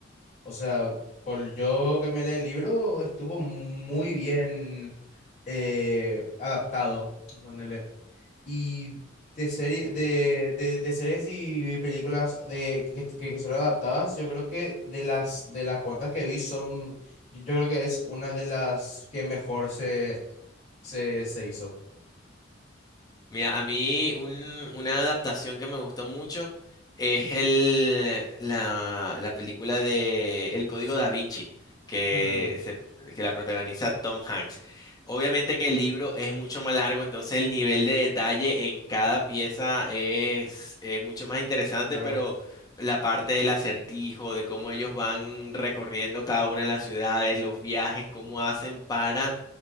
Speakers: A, on the left (about 35°); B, on the left (about 20°).
A: O sea, por yo que me leí el libro, estuvo muy bien eh, adaptado, ponerle. Y de serie, de, de, de series y películas de, que, que, que son adaptadas, yo creo que de las, de las cuantas que vi son, yo creo que es una de las que mejor se, se, se hizo.
B: Mira, a mí un- una adaptación que me gustó mucho es el, la, la película de El Código Da Vinci, que,
A: Hmm,
B: se- que la protagoniza Tom Hanks. Obviamente que el libro es mucho más largo, entonces el nivel de detalle en cada pieza es, es mucho más interesante,
A: claro,
B: pero la parte del acertijo, de cómo ellos van recorriendo cada una de las ciudades, los viajes, cómo hacen para